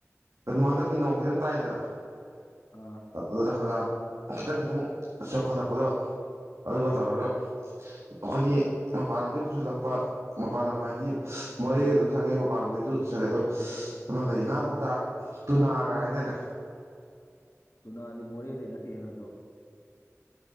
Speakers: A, on the right; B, on the left.
A: ꯀꯩꯅꯣ ꯍꯟꯗꯛꯀꯤ ꯅꯣꯡ ꯈꯤꯇꯪ ꯇꯥꯏꯗꯅ
B: ꯑꯥ
A: ꯑꯗꯨꯗ ꯍꯪꯒꯥꯝ ꯈꯤꯇꯪ ꯈꯤꯇꯪ ꯆꯣꯡꯈꯠꯂꯛꯄꯗꯣ ꯑꯗꯨꯒ ꯇꯧꯔꯒ ꯑꯩꯈꯣꯏꯒꯤ ꯃꯄꯥꯟ ꯂꯝꯗꯒꯤ ꯄꯨꯁꯤꯜꯂꯛꯄ ꯃꯄꯥꯥꯟ ꯂꯝ ꯍꯥꯏꯗꯤ ꯃꯣꯔꯦꯗ ꯑꯗꯨꯝ ꯁꯪꯉꯦ ꯃꯄꯥꯟ ꯂꯝꯗꯩꯖꯨ ꯁꯔꯦ ꯑꯗꯣ ꯑꯃ ꯀꯔꯤ ꯉꯥ ꯀꯧꯇꯥ ꯇꯨꯅꯥꯒ ꯍꯥꯏꯗꯥꯏꯅꯦ
B: ꯇꯨꯅꯥꯗꯤ ꯃꯣꯔꯦꯗꯩ ꯅꯠꯇꯦꯍꯦ ꯅꯪꯖꯨ